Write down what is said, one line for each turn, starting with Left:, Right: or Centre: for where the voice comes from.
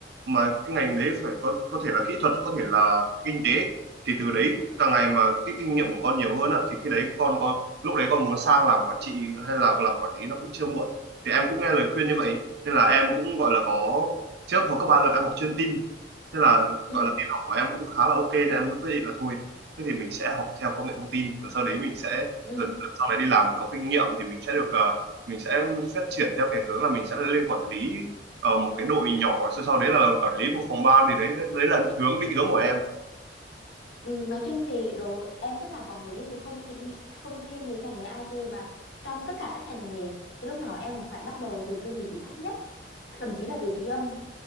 Right: mà cái ngành đấy phải có có thể là kỹ thuật có thể là kinh tế thì từ đấy càng ngày mà cái kinh nghiệm của con nhiều hơn á thì khi đấy con con lúc đấy con muốn sang làm quản trị hay là làm quản lý nó cũng chưa muộn thì em cũng nghe lời khuyên như vậy nên là em cũng gọi là có trước hồi cấp ba là em học chuyên tin thế là
Left: ừ
Right: gọi là tin học của em cũng khá là ok nên em mới quyết định là thôi thế thì mình sẽ học theo công nghệ thông tin rồi sau đấy mình sẽ
Left: ừ
Right: dần dần sau này đi làm mình có kinh nghiệm thì mình sẽ được ờ, mình sẽ phát triển theo cái hướng là mình sẽ lên quản lý ờ, một cái đội nhỏ sau sau đấy là quản lý một phòng ban thì đấy đấy, đấy là hướng định hướng của em
Left: Ừ, Nói chung thì đồ em thích làm quản lý thì không những- không riêng gì ngành nghề IT mà trong tất cả các ngành nghề thì lúc nào em cũng phải bắt đầu từ cái vị trí thấp nhất thậm chí là vị trí âm